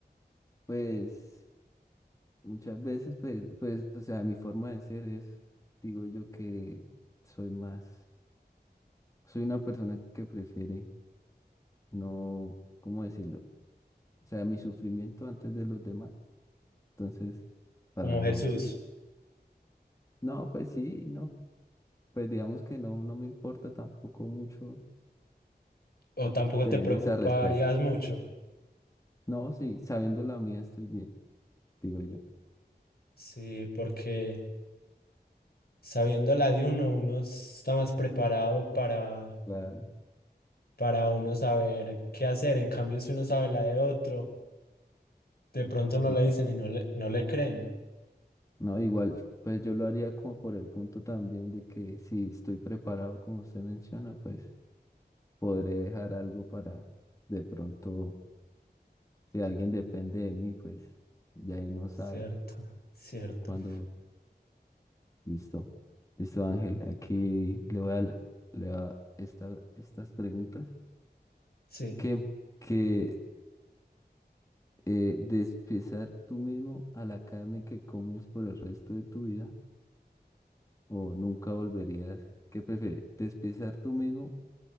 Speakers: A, on the left; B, on the left.
A: pues, muchas veces, pues, pues, o sea, mi forma de ser es, digo yo que soy más. Soy una persona que prefiere no, ¿cómo decirlo? O sea, mi sufrimiento antes de los demás. Entonces, para
B: como Jesús,
A: no, no, pues sí, y no. Pues digamos que no, no me importa tampoco mucho
B: o tampoco
A: tener
B: te preocuparías
A: esa respuesta.
B: mucho,
A: No, sí, sabiendo la mía estoy bien, digo yo.
B: sí, porque sabiendo la de uno, uno está más preparado para,
A: Claro,
B: para uno saber qué hacer, en cambio si uno sabe la de otro, de pronto no
A: claro.
B: le dicen y no le, no le creen,
A: No, igual, pues yo lo haría como por el punto también de que si estoy preparado, como usted menciona, pues podré dejar algo para de pronto, si alguien depende de mí, pues ya ahí no sabe.
B: cierto, cierto,
A: Cuando, listo. Listo, Ángel. Aquí le voy a le voy a esta- estas preguntas.
B: sí,
A: Que, que eh, despiezar tú mismo a la carne que comes por el resto de tu vida o nunca volverías. ¿Qué prefieres? ¿Despiezar tú mismo